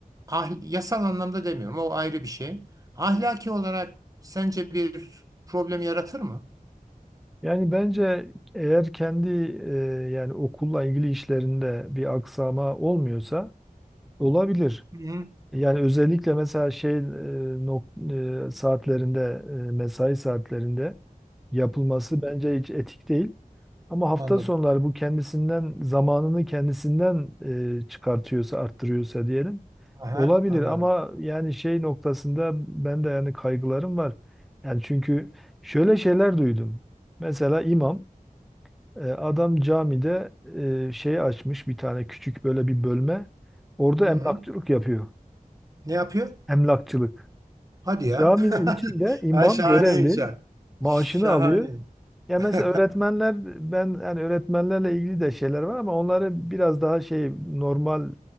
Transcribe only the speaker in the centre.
Yani bence eğer kendi e, yani okulla ilgili işlerinde bir aksama olmuyorsa olabilir.
Yani özellikle mesela şey e, nok- e, saatlerinde e, mesai saatlerinde yapılması bence hiç etik değil. Ama hafta
sonları bu kendisinden zamanını kendisinden e, çıkartıyorsa, arttırıyorsa diyelim
olabilir
ama yani şey noktasında ben de yani kaygılarım var. Yani çünkü şöyle şeyler duydum. Mesela imam e, Adam camide e, şey açmış bir tane küçük böyle bir bölme. Orada
emlakçılık yapıyor.
Emlakçılık.
Caminin
içinde imam
görevli
maaşını
alıyor. Ya
mesela öğretmenler ben yani öğretmenlerle ilgili de şeyler var ama onları biraz daha şey normal